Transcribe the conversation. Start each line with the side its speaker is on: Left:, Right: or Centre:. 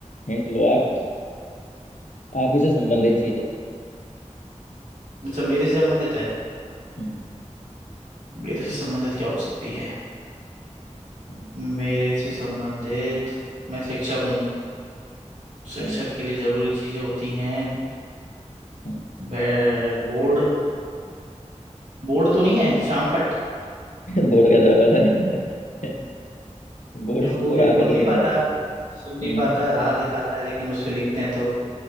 Left: हिंट लो आप आप ही से संबंधित चीज है
Right: अच्छा मेरे से संबंधित है
Left: हम्म
Right: मेरे से संबंधित क्या हो सकती है
Left: हम्म,
Right: मेरे से संबंधित मैं शिक्षक हूँ शिक्षक
Left: हाँ
Right: के लिए जरूरी चीजें होती हैं
Left: हम्म,
Right: बे- बोर्ड बोर्ड तो नहीं है शामपट
Left: बोर्ड <laughs> कैसे होगा सर <laughs> बोर्ड
Right: क्यों
Left: से
Right: वो
Left: वो
Right: भी
Left: रहा
Right: बोल
Left: कैसे
Right: नहीं
Left: दिखा
Right: पाता
Left: देगा
Right: सुन नहीं
Left: हम्म
Right: पाता राह दिखाता है लेकिन उस पे लिखते हैं तो